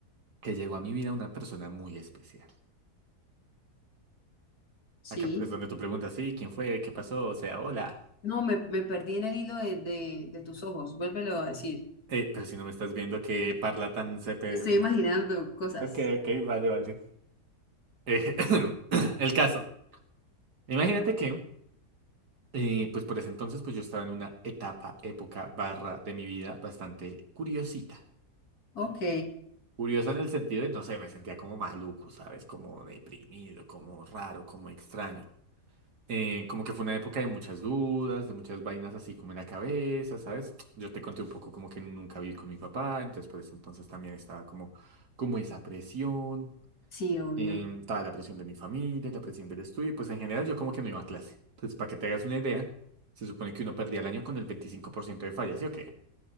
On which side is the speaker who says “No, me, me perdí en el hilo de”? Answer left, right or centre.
Left